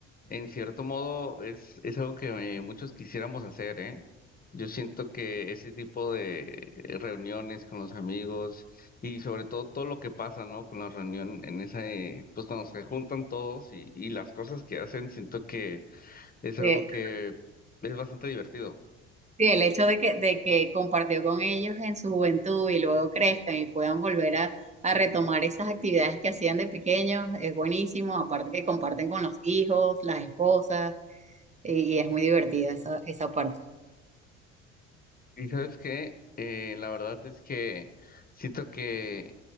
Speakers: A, on the left; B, on the right.
A: en cierto modo, es, es algo que eh, muchos quisiéramos hacer, ¿eh? Yo siento que ese tipo de eh, reuniones con los amigos y sobre todo todo lo que pasa, ¿no? Con la reunión en esa, eh, pues cuando se juntan todos y, y las cosas que hacen, siento que es algo
B: Eh,
A: que es bastante divertido.
B: Sí, el hecho de que, de que compartió con ellos en su juventud y luego crezcan y puedan volver a, a retomar esas actividades que hacían de pequeños es buenísimo, aparte que comparten con los hijos, las esposas, y, y es muy divertida esa, esa parte.
A: Y sabes qué, Eh, la verdad es que siento que